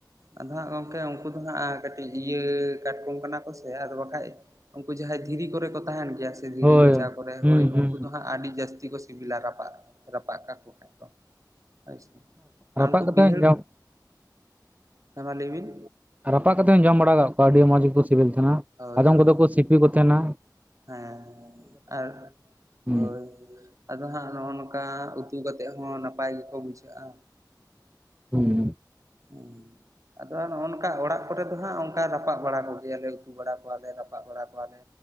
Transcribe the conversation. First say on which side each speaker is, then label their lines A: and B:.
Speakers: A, on the right (about 45°); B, on the right (about 20°).
A: ᱟᱫᱚ ᱦᱟᱸᱜ ᱜᱚᱢᱠᱮ ᱩᱱᱠᱩ ᱫᱚ ᱦᱟᱸᱜ ᱠᱟᱹᱴᱤᱡ ᱤᱭᱟᱹ ᱠᱟᱴᱠᱚᱢ ᱠᱟᱱᱟ ᱠᱚ ᱥᱮ ᱟᱫᱚ ᱵᱟᱠᱷᱟᱡ ᱾ ᱩᱱᱠᱩ ᱡᱟᱦᱟᱸᱭ ᱫᱷᱤᱨᱤ ᱠᱚᱨᱮ ᱠᱚ ᱛᱟᱸᱦᱮᱱ ᱜᱮᱭᱟ ᱥᱮ ᱫᱷᱤᱨᱤ
B: ᱦᱳᱭ
A: ᱠᱚᱪᱟ ᱠᱚᱨᱮ
B: ᱦᱩᱸ
A: ᱦᱳᱭ
B: ᱦᱩᱸ
A: ᱩᱱᱠᱩ ᱫᱚ ᱦᱟᱸᱜ ᱟᱹᱰᱤ ᱡᱟᱹᱥᱛᱤ ᱠᱚ ᱥᱤᱵᱤᱞᱟ ᱨᱟᱯᱟᱜ ᱨᱟᱯᱟᱜ ᱠᱟᱠᱚ ᱠᱷᱟᱡ ᱫᱚ ᱦᱳᱭᱥᱮ ᱟᱨ
B: ᱨᱟᱯᱟᱜ
A: ᱩᱱᱠᱩ
B: ᱠᱟᱛᱮ
A: ᱵᱤᱦᱟᱹᱲ
B: ᱦᱚᱸᱧ ᱡᱚᱢ
A: ᱦᱮᱸ ᱢᱟ ᱞᱟᱹᱭᱵᱤᱱ᱾
B: ᱨᱟᱯᱟᱜ ᱠᱟᱛᱮᱫ ᱦᱚᱧ ᱡᱚᱢ ᱵᱟᱲᱟ ᱠᱟᱜ ᱠᱚᱣᱟ ᱟᱹᱰᱤ ᱢᱚᱸᱡᱽ ᱜᱮᱠᱚ ᱥᱤᱵᱤᱞ ᱛᱟᱸᱦᱮᱱᱟ᱾
A: ᱦᱳᱭ
B: ᱟᱫᱚᱢ
A: ᱦᱳᱭ
B: ᱠᱚᱫᱚ ᱠᱚ ᱥᱤᱯᱤ ᱠᱚ ᱛᱟᱸᱦᱮᱱᱟ᱾
A: ᱦᱮᱸ ᱟᱨ
B: ᱦᱩᱸ
A: ᱦᱳᱭ᱾ ᱟᱫᱚ ᱦᱟᱸᱜ ᱱᱚᱜᱼᱚ ᱱᱚᱝᱠᱟ ᱩᱛᱩ ᱠᱟᱛᱮᱫ ᱦᱚᱸ ᱱᱟᱯᱟᱭ ᱜᱮᱠᱚ ᱵᱩᱡᱷᱟᱹᱜᱼᱟ᱾
B: ᱦᱩᱸ᱾
A: ᱦᱩᱸ᱾ ᱟᱫᱚᱜ ᱱᱚᱜᱼᱚ ᱱᱚᱝᱠᱟ ᱚᱲᱟᱜ ᱠᱚᱨᱮ ᱫᱚ ᱦᱟᱸᱜ ᱚᱱᱠᱟ ᱨᱟᱯᱟᱜ ᱵᱟᱲᱟ ᱠᱚᱜᱮᱭᱟᱞᱮ ᱩᱛᱩ ᱵᱟᱲᱟ ᱠᱚᱣᱟᱞᱮ ᱨᱟᱯᱟᱜ ᱵᱟᱲᱟ ᱠᱚᱣᱟᱞᱮ᱾